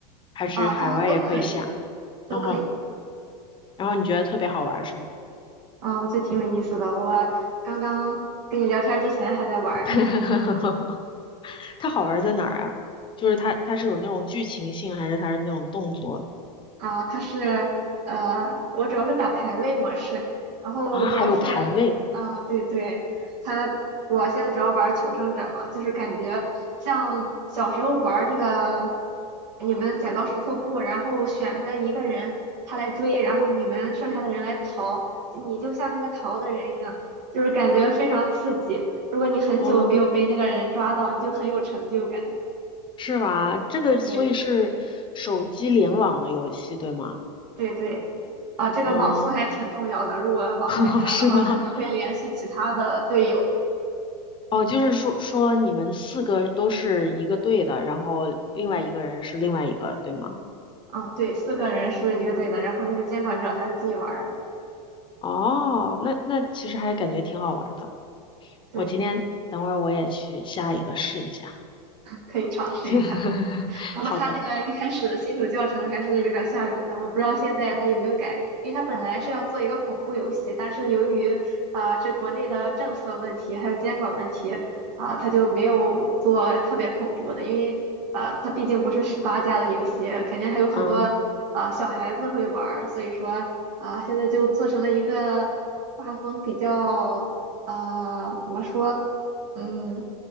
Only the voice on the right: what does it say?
啊，它都可以，都可以，
啊，我觉得挺有意思的，我刚刚跟你聊天之前还在玩儿呢，
啊，它是呃，我主要是打排位模式，然后主要是啊，
对对，它我现在主要玩求生者嘛，就是感觉像小时候玩那个你们剪刀石头布，然后选出来一个人，他来追，然后你们剩下的人来逃，你就像那个逃的人一样，就是感觉非常刺激。如果你很久没有被那个人抓到，
你就很有成就感。
对
对对。啊，这个网速还挺重要的。
如果网太卡的话，
可能会联系其他的队友。
嗯，对，四个人是一个队的，然后那个监管者他是自己玩儿的。
对，
可以尝试一下。
不过他那个一开始的新手教程还是有点吓人的，
我不知道现在他有没有改，因为他本来是要做一个恐怖游戏，但是由于啊这国内的政策问题还有监管问题啊，呃他就没有做特别恐怖的，因为呃他毕竟不是十八加的游戏，肯定还有很多啊呃小孩子会玩所以说啊呃现在就做成了一个画风比较呃怎么说嗯